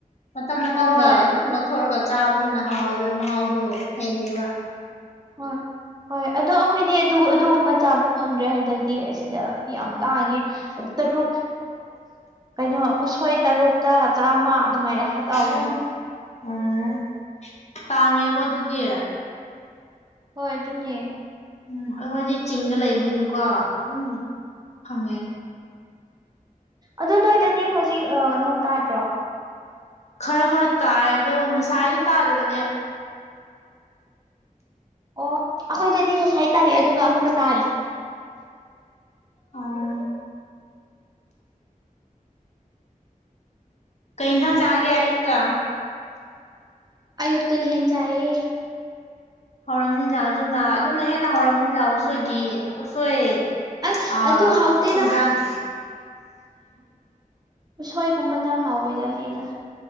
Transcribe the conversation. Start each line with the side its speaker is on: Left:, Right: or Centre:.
Left: ꯃꯇꯝ ꯃꯇꯝꯗ
Right: ꯍꯣꯏ
Left: ꯑꯗꯨꯝ ꯂꯧꯊꯣꯛꯑꯒ ꯆꯥꯕꯗꯨꯅ ꯍꯥꯎꯋꯦꯕ ꯃꯍꯥꯎꯗꯣ ꯍꯦꯜꯂꯤꯕ
Right: ꯍꯣꯏ ꯍꯣꯏ ꯑꯗꯣ ꯑꯈꯣꯏꯗꯤ ꯑꯗꯨ ꯑꯗꯨꯒꯨꯝꯕ ꯆꯥꯕ ꯐꯪꯗ꯭ꯔꯦ ꯍꯟꯗꯛꯗꯤ ꯑꯁꯤꯗ ꯌꯥꯝ
Left: ꯑꯣ
Right: ꯇꯥꯡꯉꯦ ꯇꯔꯨꯛ ꯀꯩꯅꯣ ꯎꯁꯣꯏ ꯇꯔꯨꯛ ꯍꯇꯥ ꯆꯥꯝꯃ ꯑꯗꯨꯃꯥꯏꯅ ꯍꯥꯇꯥꯎꯋꯦ
Left: ꯑꯣ ꯎꯝ ꯇꯥꯡꯉꯦꯀꯣ ꯑꯗꯨꯗꯤ
Right: ꯍꯣꯏ ꯑꯗꯨꯅꯦ
Left: ꯎꯝ ꯑꯗꯨ ꯍꯣꯏꯗꯤ ꯆꯤꯡꯗ ꯂꯩꯕꯅꯤꯅꯀꯣ ꯎ ꯐꯪꯉꯦ
Right: ꯑꯗꯨ ꯅꯣꯏꯗꯗꯤ ꯍꯧꯖꯤꯛ ꯅꯣꯡ ꯇꯥꯗ꯭ꯔꯣ
Left: ꯈꯔ ꯈꯔ ꯇꯥꯏꯌ ꯑꯗꯣ ꯅꯁꯥꯏꯗꯤ ꯇꯥꯗꯕꯟ
Right: ꯑꯣ ꯑꯩꯈꯣꯏꯗꯗꯤ ꯉꯁꯥꯏ ꯇꯥꯏꯑꯦ ꯑꯗꯨꯒ ꯑꯃꯨꯛꯀ ꯇꯥꯗ꯭ꯔꯤ
Left: ꯑꯣ ꯀꯩꯅꯅ ꯆꯥꯒꯦ ꯑꯌꯨꯛꯇ
Right: ꯑꯌꯨꯛꯇ ꯌꯦꯟ ꯆꯥꯢꯌꯦ
Left: ꯍꯧꯔꯝꯅꯤꯅ ꯑꯗꯨꯅ ꯑꯗꯨꯝꯅ ꯍꯦꯟꯅ ꯍꯧꯔꯝꯅꯤꯅ ꯎꯁꯣꯏꯒꯤ ꯎꯁꯣꯏ
Right: ꯑꯁ
Left: ꯑ
Right: ꯑꯗꯨ ꯍꯥꯎꯇꯦꯗ
Left: ꯏꯤꯟꯗꯥꯛ
Right: ꯎꯁꯣꯏꯒꯨꯝꯕꯅ ꯍꯥꯎꯋꯦꯔ ꯍꯦꯟꯅ